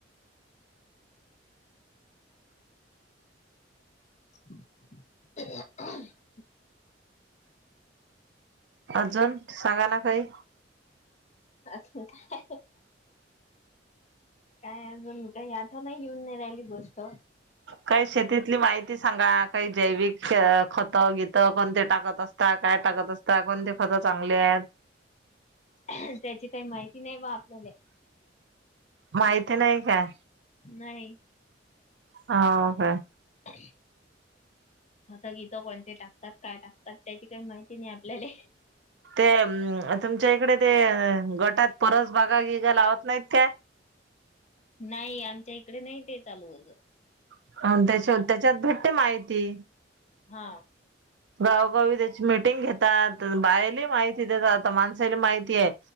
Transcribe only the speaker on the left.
<inaudible>
अजून काय. काय अजून काय, आठवण येऊन नाही राहिली गोष्ट.
त्यांची काही माहिती नाही बा आपल्या ले.
नाही.
<inaudible> खत गीतं कोणते टाकतात, काय टाकतात त्यांची काही माहिती नाही आपल्याले.
नाही आमच्या इकडे नाही ते चालू अगं.
हां.